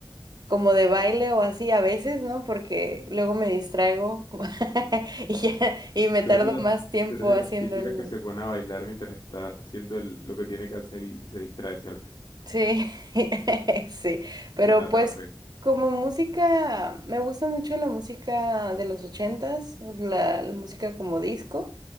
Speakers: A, on the right (about 60°); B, on the left (about 60°).
A: como de baile o así a veces, ¿no? Porque luego me distraigo <laughs> y ya- y me
B: Tú
A: tardo
B: eres de las,
A: más tiempo
B: tú eres de
A: haciendo
B: las típicas
A: el,
B: que se pone a bailar mientras está haciendo el- lo que tiene que hacer y, y se distrae, ¿cierto?
A: Sí, <laughs> sí, pero
B: Ya te atrapé.
A: pues como música, me gusta mucho la música de los ochentas, la, la música como disco,